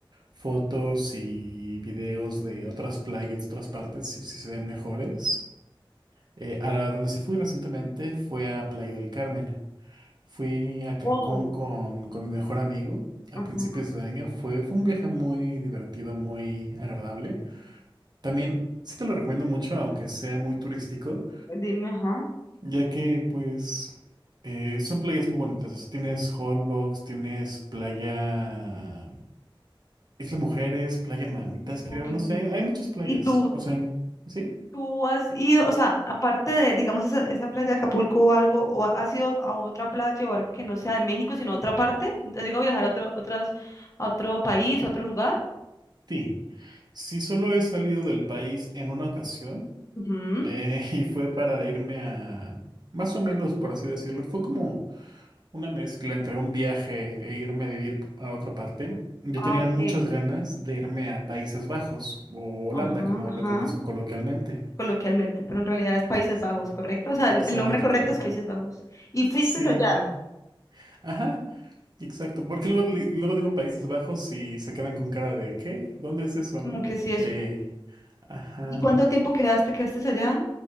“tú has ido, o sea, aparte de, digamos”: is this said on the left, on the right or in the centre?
Left